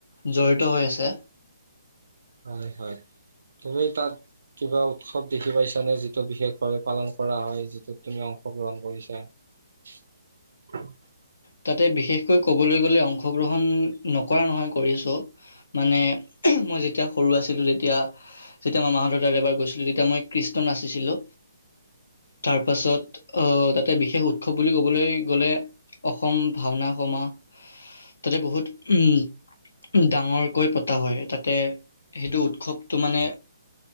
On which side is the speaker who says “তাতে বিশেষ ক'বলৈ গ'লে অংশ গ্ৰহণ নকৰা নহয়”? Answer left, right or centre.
Left